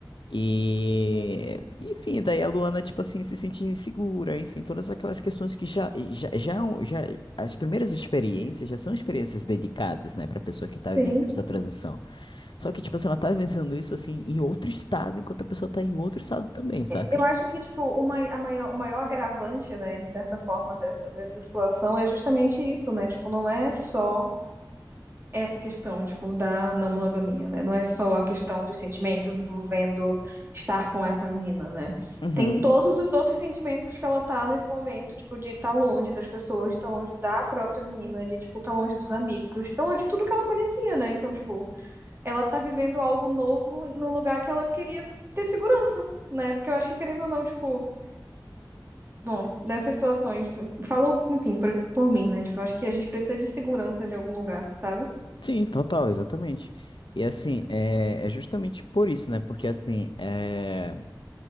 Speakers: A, on the left; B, on the right.
A: E, enfim, daí a Luana, tipo assim, se sentia insegura, enfim, todas aquelas questões que já, já, já, é um- já- as primeiras experiências já são experiências delicadas, né, pra pessoa que tá
B: Sim.
A: vivenciando essa transição. Só que, tipo assim, ela tá vencendo isso, assim, em outro estado, enquanto a pessoa tá em outro estado também, saca?
B: Eu acho que, tipo, o mai- a maior, o maior agravante, né, de certa forma, dessa, dessa situação é justamente isso, né? Tipo, não é só essa questão, tipo, da não monogamia, né? Não é só a questão dos sentimentos envolvendo estar com essa menina, né?
A: Uhum.
B: Tem todos os outros sentimentos que ela tá nesse momento, tipo, de estar longe das pessoas, de estar longe da própria menina, de, tipo, estar longe dos amigos, de estar longe de tudo que ela conhecia, né? Então, tipo, ela tá vivendo algo novo num lugar que ela queria ter segurança, né? Porque eu acho que, querendo ou não, tipo Bom, nessas situações, tipo, falo, enfim, por, por mim, né? Tipo, eu acho que a gente precisa de segurança de algum lugar, sabe?
A: Sim, total, exatamente. E assim, é, é justamente por isso, né? Porque assim, é.